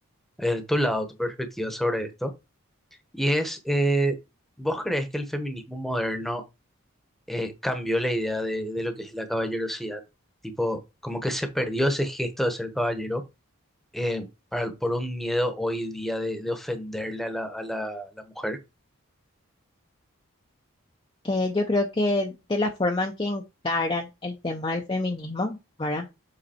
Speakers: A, in the centre; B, on the left (about 25°).
A: eh, tu lado, tu perspectiva sobre esto. Y es, eh, ¿vos crees que el feminismo moderno eh, cambió la idea de, de lo que es la caballerosidad? Tipo, como que se perdió ese gesto de ser caballero eh, para- por un miedo hoy día de, de ofenderle a la, a la a la mujer.
B: Eh, yo creo que de la forma en que encaran el tema del feminismo, ¿verdad?